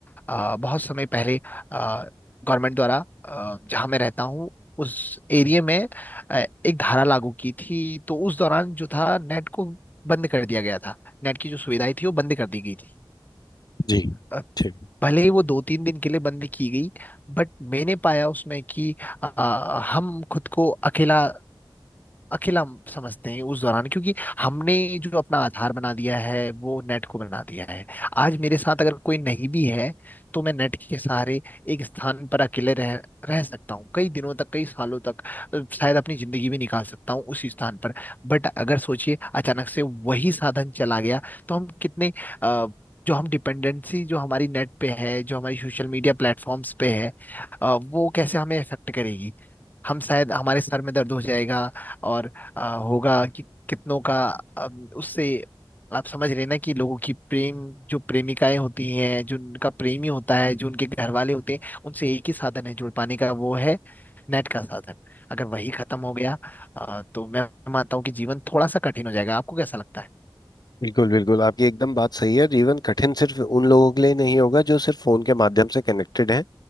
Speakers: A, on the left (about 20°); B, on the left (about 50°).
A: अ, बहुत समय पहले गवर्नमेंट द्वारा अ, जहाँ मैं रहता हूँ उस एरिया में अ, एक धारा लागू की थी तो उस दौरान जो था नेट को बंद कर दिया गया था नेट की जो सुविधाएं थी वो बंद कर दी गई थी
B: जी
A: अ,
B: ठीक
A: भले ही वो दो तीन दिन के लिए बंद की गई बट मैंने पाया उसमें कि अ, हम खुद को अकेला अकेला हम समझते हैं उस दौरान क्योंकि हमने जो अपना आधार बना दिया है वो नेट को बना दिया है आज मेरे साथ अगर कोई नहीं भी है तो मैं नेट के सहारे एक स्थान पर अकेले रह रह सकता हूँ कई दिनों तक कई सालों तक अ, शायद अपनी जिंदगी भी निकाल सकता हूँ उसी स्थान पर बट अगर सोचिए अचानक से वही साधन चला गया तो हम कितने अ, जो हम डिपेंडेंसी जो हमारी नेट पे है जो हमारी सोशल मीडिया प्लेटफॉर्म्स पे है अ, वो कैसे हमें इफेक्ट करेगी हम शायद हमारे सर में दर्द हो जाएगा और आ, होगा कि कितनों का अम, उससे आप समझ रहे ना कि लोगों की प्रेम जो प्रेमिकाएं होती हैं जो उनका प्रेमी होता है जो उनके घर वाले होते हैं उनसे एक ही साधन है जुड़ पाने का वो है नेट का साधन अगर वही खत्म हो गया आ, तो मैं मानता हूँ कि जीवन थोड़ा सा कठिन हो जाएगा आपको कैसा लगता है
B: बिल्कुल बिल्कुल आपकी एकदम बात सही है जीवन कठिन सिर्फ उन लोगों के लिए नहीं होगा जो सिर्फ फोन के माध्यम से कनेक्टेड हैं